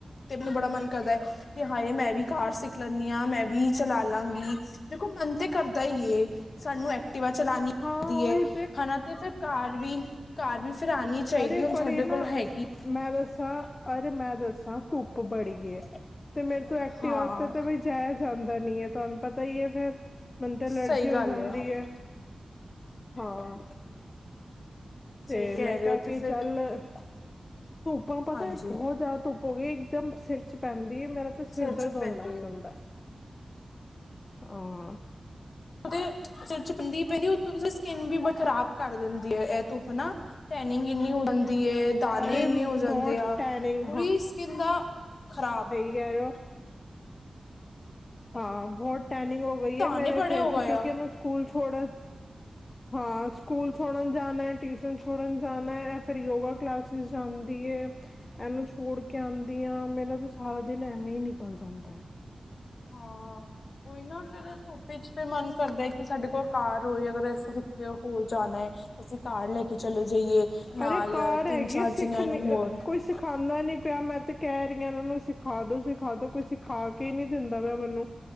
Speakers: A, on the left; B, on the left.
A: ਤੇ ਮੈਨੂੰ ਬੜਾ ਮਨ ਕਰਦਾ ਹੈ, ਵੀ ਹਾਂ ਮੈਂ ਵੀ ਕਾਰ ਸਿੱਖ ਸਿਖ ਲੈਂਦੀ ਹਾਂ, ਮੈਂ ਵੀ ਚਲਾ ਲਾਂਗੀ ਦੇਖੋ ਮਨ ਤੇ ਕਰਦਾ ਹੀ ਸਾਨੂੰ ਐਕ ਟੀਵਾ ਚਲਾਣੀ
B: ਹਾਂ
A: ਦੀ
B: ਉਹੀ
A: ਏ ਹਨਾ ਤੇ ਫਿਰ ਘਰ ਵੀ ਘਰ ਵੀ ਫਿਰ ਆਣੀ ਚਾਈਦੀ
B: ਅਰੇ
A: ਹੁਣ
B: ਬੜੇ
A: ਸਾਡੇ
B: ਨਾ
A: ਕੋਲ ਹੈ
B: ਮੈਂ ਦੱਸਾਂ ਅਰੇ ਮੈਂ ਦੱਸਾਂ ਧੁੱਪ ਬੜੀ ਏ। ਤੇ ਮੇਰੇ ਤੋ ਐਕਟਿਵਾ
A: ਹਾਂ
B: ਤੇ-ਤੇ ਬਈ ਜਾਇਆ ਜਾਂਦਾ ਨੀ ਐ। ਤੁਹਾਨੂੰ ਪਤਾ ਈ ਐ ਫੇਰ ਮੈਨੂੰ ਤੇ ਅਲਰਜੀ
A: ਸਹੀ
B: ਹੋ
A: ਗੱਲ
B: ਜਾਂਦੀ
A: ਹੈ
B: ਐ ਹਾਂ। ਤੇ
A: ਸਹੀ ਕਹਿ
B: ਮੈਂ ਕਿਆ
A: ਰਹੇ ਹੋ ਤੇ
B: ਕੀ
A: ਫਿਰ
B: ਚੱਲ ਧੁੱਪਾਂ ਪਤੈ
A: ਹਾਂਜੀ
B: ਬੋਹਤ ਜਾਦਾ ਧੁੱ ਪ ਵੀ ਇੱਕਦਮ ਸਿਰ ਚ ਪੈਂਦੀਏ ਮੇਰਾ ਤੇ ਸਿਰ
A: ਚ
B: ਦਰਦ ਹੋਣ
A: ਪੈਂਦੀ
B: ਲੱਗ
A: ਹੈ
B: ਜਾਂਦੈ। ਆਂ।
A: <unintelligible> ਉਤੋਂ ਦੀ ਸਕਿੰਨ ਵੀ ਬ ਖ਼ਰਾਬ ਕਰ ਦਿੰਦੀ ਐ ਧੁੱਪ ਨਾ। ਟੈਨਿੰਗ ਇੰਨੀ ਹੋ ਦੀਏ ਦਾਣੇੇ
B: ਅਰੇ
A: ਇੰਨੇ ਹੋ
B: ਬਹੁਤ
A: ਜਾਂਦੇ ਆ
B: ਟੈਨਿੰਗ
A: ਕੁੂਰੀ ਸਕਿੰਨ ਦਾ ਖ਼ਰਾਬ
B: ਗਿਆਰੋ ਹਾਂ ਬੋਹ ਟੈਨਿੰਗ ਹੋ ਗਈ
A: ਦਾਣੇ
B: ਐ ਮੇਰੇ
A: ਬੜੇ
B: ਫੇਸ
A: ਹੋ ਗਏ
B: ਕਿਉਂਕਿ
A: ਆ
B: ਏਨੂੰ ਸਕੂਲ ਛੋੜ ਹਾਂ ਸਕੂਲ ਛੋੜਨ ਜਾਣਾ, ਟਿਊਸ਼ਨ ਛੋੜਨ ਜਾਣਾ ਐ ਫਿਰ ਯੋਗਾ ਕਲਾਸਿਸ ਜਾਂਦੀ ਏ ਏਨੂੰ ਛੋੜ ਕੇ ਆਂਦੀ ਆ ਮੇਰਾ ਤੇ ਸਾਰਾ ਦਿਨ ਐਵੇਂ ਈ ਨਿਕਲ ਜਾਂਦੈ।
A: ਹਾਂ ਓਈ ਨਾ ਫੇਰ ਧੁੱਪ ਵਿਚ ਫੇਰ ਮਨ ਕਰਦਾ ਕੀ ਸਾਡੇ ਕੋਲ ਕਾਰ ਹੋਏ ਅਗਰ ਅਸੀਂ ਕਿਤੇ ਤੇ ਹੋਰ ਜਾਣਾ ਅਸੀਂ ਕਾਰ ਲੈ ਕੇ ਚਲੇ ਜਾਈਏ। ਨਾਲ
B: ਅਰੇ ਕਾਰ
A: ਤਿੰਨ
B: ਹੈਗੀ
A: ਚਾਰ
B: ਆ ਸਿੱਖ
A: ਜਣਿਆਂ
B: ਨੀ
A: ਨੂੰ ਹੋਰ
B: ਕੋਈ ਸਿਖਾਂਦਾ ਨੀ ਪਿਆ ਮੈਂ ਤੇ ਕੈ ਰੀਆ ਓਨਾਂ ਨੂੰ ਸਿਖਾ ਦੋ ਸਿਖਾ ਦੋ ਕੋਈ ਸਿਖਾ ਕੇ ਈ ਨੀ ਦਿੰਦਾ ਪਿਆ ਮਨੂੰ